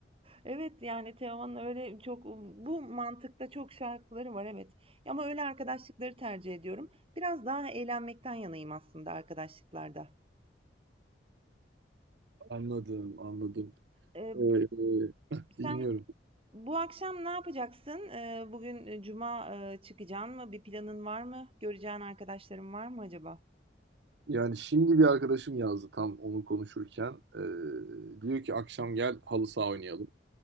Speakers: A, on the right; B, on the right.
A: Evet, yani Teoman'ın öyle çok bu mantıkta çok şarkıları var evet. Ama öyle arkadaşlıkları tercih ediyorum. Biraz daha eğlenmekten yanayım aslında arkadaşlıklarda.
B: Anladım, anladım.
A: Ee,
B: Ee, e, dinliyorum.
A: sen bu akşam ne yapacaksın? Ee, bugün e, cuma e, çıkacaksın mı? Bir planın var mı? Göreceğin arkadaşların var mı acaba?
B: Yani şimdi bir arkadaşım yazdı tam onu konuşurken. Ee, diyor ki akşam gel halı saha oynayalım.